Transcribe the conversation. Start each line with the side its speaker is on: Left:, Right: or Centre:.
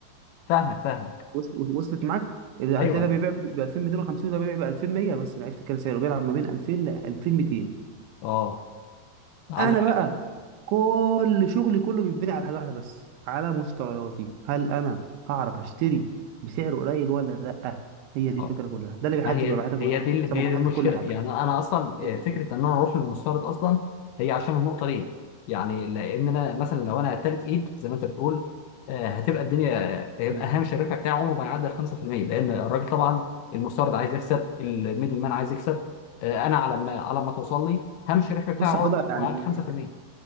Left: فاهمك فاهمك
Right: وص- وصلت معاك اللي
Left: ايوه
Right: هتلاقي ده بيبيع ب 2250 وده بيبيع ب 2100 بس انا عرفت كده سعره بيلعب ما بين 2000 ل 2200
Left: اه عندك
Right: انا
Left: حق.
Right: بقى كل شغلي كله بيتبني على حاجه واحده بس على مشترياتي هل انا هعرف اشتري بسعر قليل ولا لا هي دي
Left: اه
Right: الفكره كلها ده اللي بيحدد
Left: ما هي
Right: مبيعاتك
Left: هي
Right: وبيحدد
Left: دي ال-
Right: مكسبك
Left: هي
Right: وبيحدد
Left: دي المشكله
Right: كل حاجه
Left: يعني انا اصلا
Right: تاني
Left: آه،
Right: من
Left: فكره
Right: كده
Left: ان انا اروح للمستورد اصلا هي عشان النقطه دي يعني لان انا مثلا لو انا تالت ايد زي ما انت بتقول آه، هتبقى الدنيا آه، هيبقى
Right: مم.
Left: هامش الربح بتاعي عمره ما يعدي ال 5% لان الراجل طبعا المستورد عايز يكسب الميدل مان عايز يكسب آه، انا على ما على ما توصل لي هامش الربح بتاعي
Right: بص يا
Left: عمره
Right: حوده يعني
Left: ما يعدي 5%